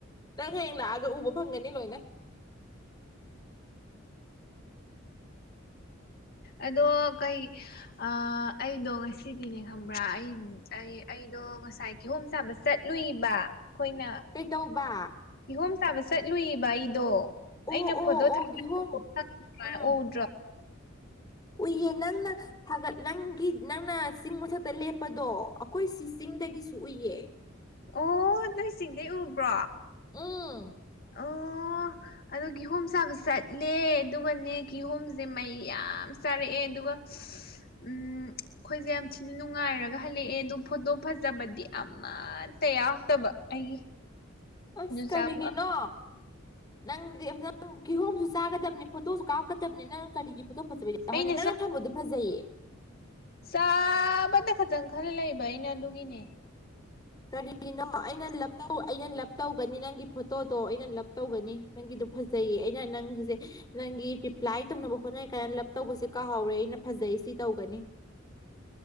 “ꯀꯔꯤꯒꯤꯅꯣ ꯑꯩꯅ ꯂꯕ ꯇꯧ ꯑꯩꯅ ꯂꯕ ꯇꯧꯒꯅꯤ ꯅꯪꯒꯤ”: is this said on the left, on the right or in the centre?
Left